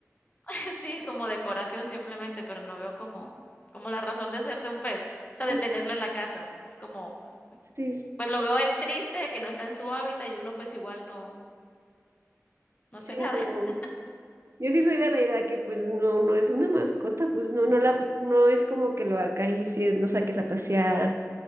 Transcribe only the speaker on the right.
<laughs>
Sí,
sí,
no. Yo sí soy de la idea que pues no, no es una mascota, pues no, no la, no es como que lo acaricies, lo saques a pasear.